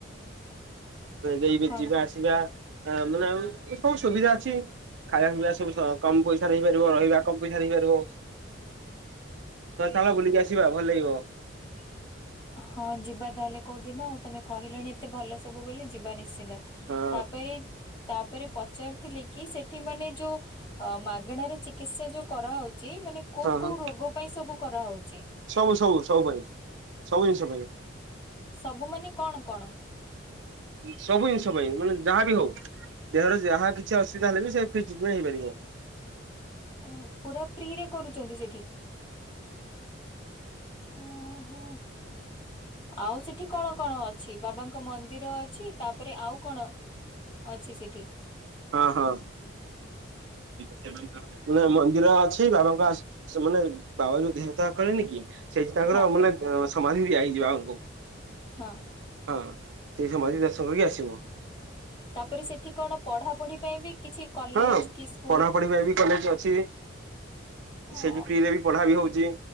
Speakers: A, on the right (about 70°); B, on the left (about 25°).
A: ଦେଇକି
B: କଣ?
A: ଯିବା ଆସିବା ମାନେ ଉଁ ସବୁ ସୁବିଧା ଅଛି। ଖାଇବା ପିଇବା ସବୁ ସ କମ୍ ପଇସାରେ ହେଇପାରିବ ରହିବା କମ୍ ପଇସାରେ ହେଇପାରିବ।
B: ।
A: ହଉ ଚାଲ ବୁଲିକି ଆସିବା ଭଲ୍ ଲାଗିବ।
B: <unintelligible> ହଁ ଯିବା ତାହେଲେ କୋଉଦିନ ତମେ କହିଲଣି ଏତେ ଭଲ ସବୁ ବୋଲି ଯିବା ନିଶ୍ଚିନ୍ତ।
A: ହଁ
B: ତାପରେ ତାପରେ ପଚାରୁଥିଲେ କି ସେଠି ମାନେ ଯୋଉ। ଅ ମାଗେଣାରେ ଚିକିତ୍ସା ଯୋଉ କରାହଉଚି ମାନେ କୋଉ
A: ହଁ ହଁ
B: କୋଉ ରୋଗ ପାଇଁ ସବୁ କରାହଉଚି।
A: ସବୁ ସବୁ ସବୁ ପାଇଁ ସବୁ ଜିନଷ ପାଇଁ।
B: ସବୁମାନେ କଣ କଣ?
A: ଉଁ ସବୁ ଜିନଷ ପାଇଁ ମାନେ ଯାହାବି ହଉ। ଦେହର ଯାହା କିଛି ଅସୁବିଧା ହେଲେ ବି ସେ ଫ୍ରି ଟ୍ରିଟମେଣ୍ଟ ହେଇପାରିବ।
B: ଓହୋ ପୁରା ଫ୍ରିରେ କରୁଚନ୍ତି ସେଠି? ହଁ ହଁ ଆଉ ସେଠି କଣ। କଣ ଅଛି ବାବାଙ୍କ ମନ୍ଦିର ଅଛି ତାପରେ ଆଉ କଣ ଅଛି ସେଠି?
A: ହଁ ହଁ। ସେ ମୁଖ୍ୟ। <unintelligible> ମାନେ ମନ୍ଦିର ଅଛି ବାବାଙ୍କ ଆସ୍ ସେମାନେ ବାବା ଯୋଉ ଦେହତ୍ୟାଗ କଲେନି କି। ସେଇଠି ତାଙ୍କର
B: ହଁ
A: ମାନେ ଏଁ ସମାଧି ଦିଆ ହେଇଛି ବାବା ଙ୍କୁ।
B: ହଁ
A: ହଁ ସେଇ ସମାଧୀ ଦର୍ଶନ କରିକି ଆସିବ।
B: ତାପରେ ସେଠି କଣ ପଢାପଢି ପାଇଁ ବି କିଛି। କଲେଜ
A: ହଁ
B: କି ସ୍କୁଲ
A: ପଢାପଢି ପାଇଁ ବି କଲେଜ ଅଛି। ସେଠି
B: ଅ
A: ଫ୍ରି ରେ ବି ପଢା ବି ହଉଛି